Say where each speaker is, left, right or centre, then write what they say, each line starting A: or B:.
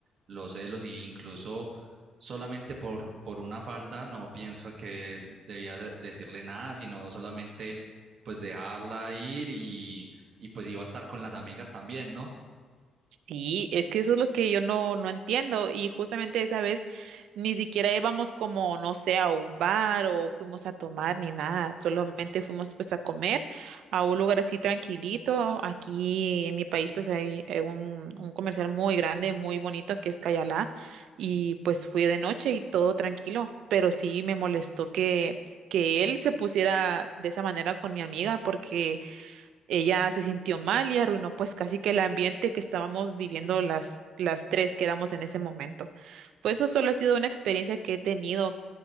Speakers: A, on the right; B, on the right.
A: los celos, y incluso solamente por, por una falda no pienso que debía de- decirle nada, sino solamente, pues, dejarla ir y, y pues iba a estar con las amigas también, ¿no?
B: Sí, es que eso es lo que yo no, no entiendo. Y justamente esa vez ni siquiera íbamos como, no sé, a un bar o fuimos a tomar ni nada. Solamente fuimos pues a comer a un lugar así tranquilito. Aquí en mi país pues hay eh, un, un comercial muy grande, muy bonito que es Cayalá. Y pues fui de noche y todo tranquilo. Pero sí me molestó que, que él se pusiera de esa manera con mi amiga porque ella se sintió mal y arruinó pues casi que el ambiente que estábamos viviendo las, las tres que éramos en ese momento. Pues eso solo ha sido una experiencia que he tenido,